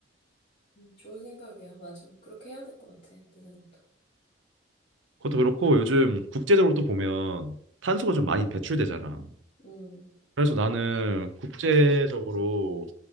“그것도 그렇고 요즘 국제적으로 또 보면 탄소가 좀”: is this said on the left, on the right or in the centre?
Right